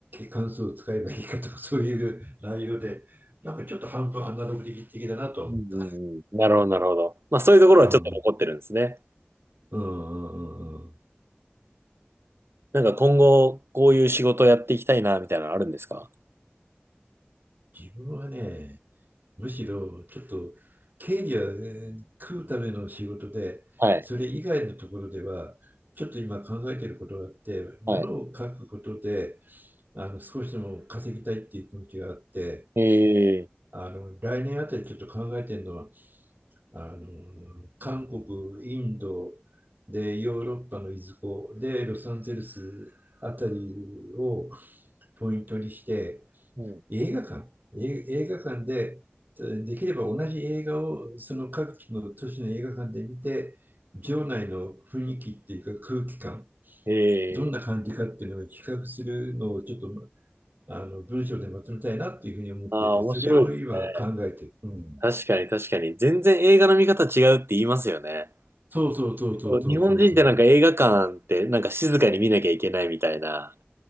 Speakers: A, on the right; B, on the right.
A: 関数を使えばいいかとか、そういう内容で、なんかちょっと半分アナログ的だなと思った。
B: うんなるほど、なるほど。まあそういうところはちょっと残ってるんですね。
A: うん。うんうんうんうん。
B: なんか今後、こういう仕事をやっていきたいな、みたいなのあるんですか
A: 自分はね、むしろちょっと経理は、ね、食うための仕事で、
B: はい。
A: それ以外のところでは、ちょっと今考えていることがあって、
B: はい。
A: ものを書くことで、あの少しでも稼ぎたいっていう気持ちがあって、
B: ええ
A: あの来年あたりちょっと考えてるのは、あの韓国、インドで、ヨーロッパのいずこで、ロサンゼルスあたりをポイントにして、
B: うん。
A: 映画館、映映画館で、できれば同じ映画をその各地の都市の映画館で見て、場内の雰囲気っていうか空気感、
B: ええ
A: どんな感じかっていうのを比較するのをちょっとあの文章でまとめたいなっていうふうに思ってて、
B: ああ、面白いですね。
A: それを今考えてる。うん、
B: 確かに、確かに。全然映画の見方違うって言いますよね。
A: そうそうそうそうそうそうそう。
B: そう日本人ってなんか映画館ってなんか静かに見なきゃいけないみたいな。